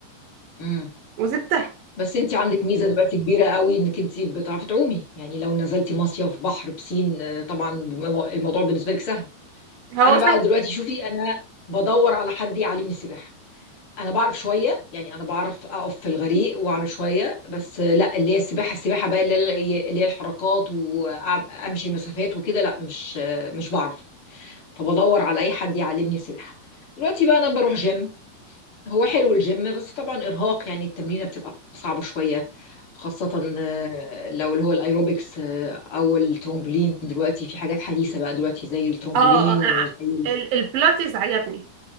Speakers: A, on the left; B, on the right.
A: امم
B: وسبتها
A: بس انت عندك ميزه دلوقتي كبيره قوي انك انت بتعرفي تعومي يعني لو نزلتي مصيف بحر بسين آه، طبعا الموضوع بالنسبه لك سهل
B: هو
A: انا بقى دلوقتي شوفي انا بدور على حد يعلمني سباحه انا بعرف شويه يعني انا بعرف اقف في الغريق واعمل شويه بس لا اللي هي السباحه السباحه بقى اللي هي اللي هي الحركات وامشي مسافات وكده لا مش مش بعرف فبدور على اي حد يعلمني سباحه دلوقتي بقى انا بروح جيم هو حلو الجيم بس طبعا ارهاق يعني التمرينه بتبقى صعبه شويه خاصة آه، لو اللي هو الايروبكس آه، او الترومبولين دلوقتي في حاجات حديثة بقى دلوقتي زي الترومبولين
B: اه آه، انا
A: وزي
B: ع- ال- البلاتيز عجبني